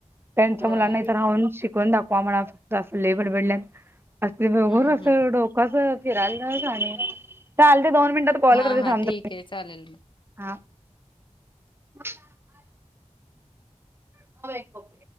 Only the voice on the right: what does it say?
त्याच्या
मुलांना इथं राहून शिकवून दाखवा म्हणाव अस लय बडबडल्यात. आज ती दोघं
कसं
डोक असं फिरायला जाणे, चालतय दोन मिनिटात कॉल
करते
थांब
हा, <inaudible> <unintelligible>